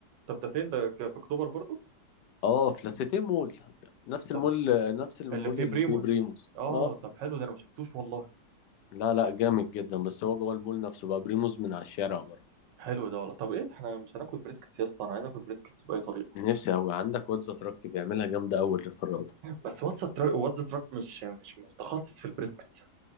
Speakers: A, on the right; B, on the left.
A: طب ده فين ده ك- في اكتوبر برضو
B: آه في لاسيتيه مول نفس المول
A: طب
B: نفس المول
A: اللي فيه
B: اللي
A: بريموز
B: فيه بريموز
A: اه
B: آه
A: طب حلو ده انا ما شفتوش والله
B: لا لا جامد جدا بس هو جوه المول نفسه بقى بريموز من على الشارع بره
A: حلو ده والله طب ايه ده احنا مش هناكل بريسكتس يا اسطى انا عايز اكل بريسكتس باي طريقه
B: نفسي أوي عندك واد زتركي بيعملها جامدة أوي اللي في الروضة
A: بس واتس تراك واتس تراك مش مش متخصص في البريسكتس